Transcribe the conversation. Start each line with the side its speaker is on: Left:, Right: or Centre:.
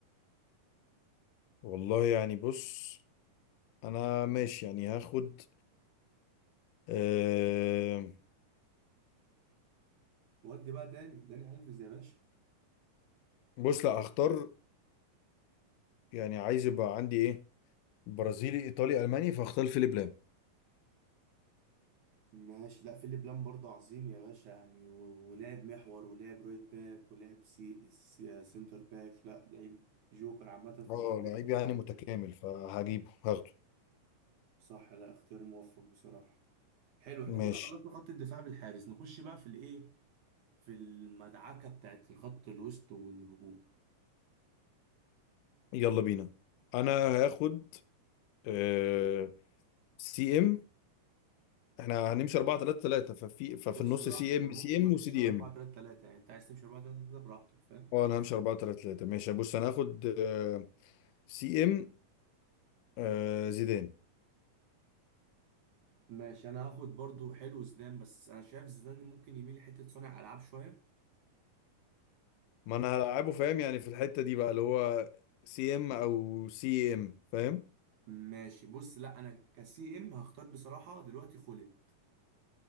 Left: والله يعني بص انا ماشي يعني هاخد أه...
Right: ودي بقى داني داني الفيس يا باشا
Left: بص لا هختار يعني عايز يبقى عندي ايه برازيلي ايطالي الماني فاختار فيليب لام
Right: ماشي لا فيليب لام برضه عظيم يا باشا يعني و- ولعب محور ولعب رايت باك ولعب سي... سي... سنتر باك لا لعيب جوكر عامه في
Left: اه
Right: المناطق
Left: لعيب
Right: الدفاعيه
Left: يعني متكامل فهجيبه هاخده
Right: صح لا اختيار موفق بصراحة حلو احنا
Left: ماشي
Right: كده مم. خلصنا خط الدفاع بالحارس نخش بقى في الايه في المدعكة بتاعت الخط الوسط والهجوم
Left: يلا بينا انا هاخد أه... سي ام احنا هنمشي 4 3 3 ففي ففي
Right: بص
Left: النص
Right: براحتك
Left: سي ام
Right: انا ممكن
Left: سي ام
Right: ما امشيش
Left: وسي دي
Right: انا 4
Left: ام
Right: 3 3 يعني انت عايز تمشي 4 3 3 براحتك فاهم
Left: اه انا همشي 4 3 3 ماشي بص انا هاخد آه، سي ام آه، زيدان
Right: ماشي انا هاخد برضو حلو زيدان بس انا شايف زيدان ممكن يميل لحتة صانع العاب شوية
Left: ما انا هلعبه فاهم يعني في الحتة دي بقى اللي هو سي ام او سي ام فاهم
Right: ماشي بص لا انا كسي ام هختار بصراحة دلوقتي خولت